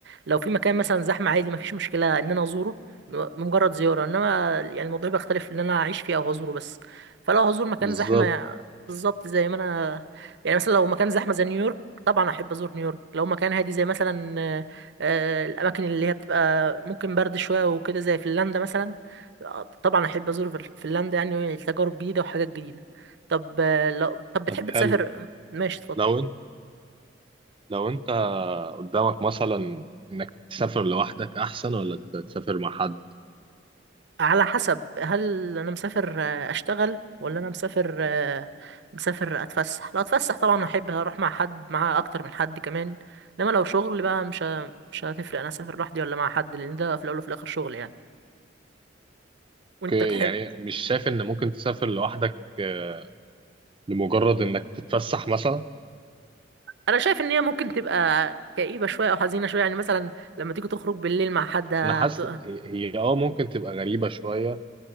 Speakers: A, on the right (about 65°); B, on the right (about 30°).
A: لو في مكان مثلا زحمه عادي مفيش مشكله ان انا ازوره م- مجرد زياره انما يعني الموضوع بيختلف ان انا اعيش فيه او هزوره بس فلو هزور مكان
B: بالظبط
A: زحمه بالظبط زي ما انا يعني مثلا لو مكان زحمه زي نيويورك طبعا احب ازور نيويورك لو مكان هادي زي مثلا آه، آه، الاماكن اللي هي بتبقى ممكن برد شويه وكده زي فنلندا مثلا طبعا احب ازور فل- فنلندا يعني تجارب جديده وحاجات جديده طب آه، لو طب بتحب
B: طب حلو
A: تسافر ماشي اتفضل
B: لو انت لو انت قدامك مثلا انك تسافر لوحدك احسن ولا تسافر مع حد
A: على حسب هل انا مسافر آه، اشتغل ولا انا مسافر آه، مسافر اتفسح لو اتفسح طبعا احب اروح مع حد مع اكتر من حد كمان انما لو شغل بقى مش ه- مش هتفرق انا اسافر لوحدي ولا مع حد لان ده في الاول وفي الاخر شغل يعني وانت
B: اوكي
A: تحب
B: يعني مش شايف ان ممكن تسافر لوحدك آه، لمجرد انك تتفسح مثلا
A: انا شايف ان هي ممكن تبقى كئيبه شويه او حزينه شويه يعني مثلا لما تيجي تخرج بالليل مع حد هت...
B: انا حاسس هي هي اه ممكن تبقى غريبة شوية